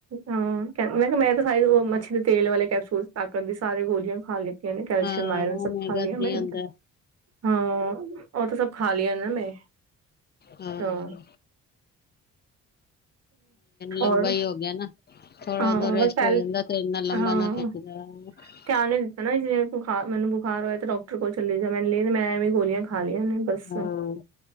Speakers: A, on the right (about 55°); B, on the left (about 35°).
A: ਹਾਂ ਕ ਮੈਂ ਕਿਹਾ ਮੈਂ ਤਾਂ ਸਾਰੀ ਉਹ ਮੱਛੀ ਦੇ ਤੇਲ ਵਾਲੇ ਕੈਪਸੂਲ ਤਾਕਤ ਦੀ ਸਾਰੇ ਗੋਲੀਆਂ ਖਾ ਲੀ। ਕੈਲਸ਼ੀਅਮ
B: ਹਾਂ
A: ਆਇਰਨ ਸਭ
B: ਓਮੇਗਾ
A: ਖਾਲੀਆਂ।
B: ਥ੍ਰੀ
A: <unintelligible>
B: ਆਂਦਾ
A: ਹਾਂ ਉਹ ਤਾਂ ਸਭ ਖਾਲੀ ਆ ਮੈਂ
B: ਹਾਂ
A: ਤਾਂ
B: ਲੰਬਾ
A: ਔਰ
B: ਹੀ ਹੋ ਗਿਆ ਨਾ। ਥੋੜਾ
A: ਹਾਂ
B: ਜਿਆ ਰੈਸਟ
A: ਬਸ ਪਹਿਲ
B: ਹੋ ਜਾਂਦਾ ਤੇ ਇਨਾ ਲੰਬਾ।
A: ਹਾਂ
B: <unintelligible>
A: ਧਿਆਨ ਨੀ ਦਿੱਤਾ ਨਾ ਜਿਵੇਂ ਬੁਖਾਰ ਮੈਨੂੰ ਬੁਖਾਰ ਹੋਇਆ ਤੇ ਡਾਕਟਰ ਕੋਲ ਚਲੀ ਜਾਵਾਂ। ਮੈਂ ਐਵੇਂ ਗੋਲੀਆਂ ਖਾ ਲਈਆਂ ਨੇ ਬਸ
B: ਹਾਂ